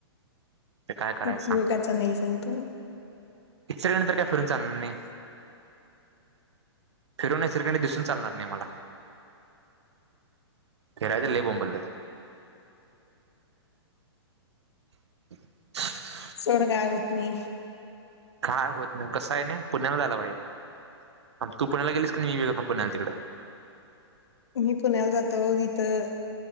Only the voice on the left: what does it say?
उपयोगाचा
नाही सण तू
सोड काय उतनी.
मी पुण्याला जातो तिथं,